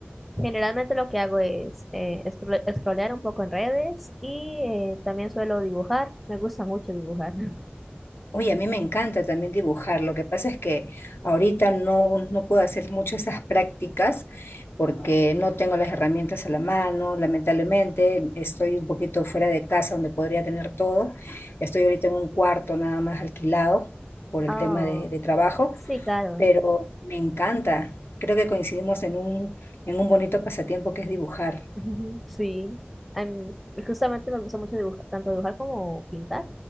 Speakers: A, in the centre; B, on the left (about 70°).
A: generalmente lo que hago es eh, scroll- scrollear un poco en redes y eh, también suelo dibujar. Me gusta mucho dibujar. <laughs>
B: Uy, a mí me encanta también dibujar, lo que pasa es que ahorita no, no puedo hacer mucho esas prácticas porque no tengo las herramientas a la mano, lamentablemente estoy un poquito fuera de casa donde podría tener todo. Estoy ahorita en un cuarto nada más alquilado por el
A: Ah,
B: tema de de trabajo
A: sí, claro.
B: pero me encanta. Creo que coincidimos en un, en un bonito pasatiempo que es dibujar.
A: <laughs> Ujú, Sí. Am- y justamente me gusta mucho dibujar, tanto dibujar como pintar.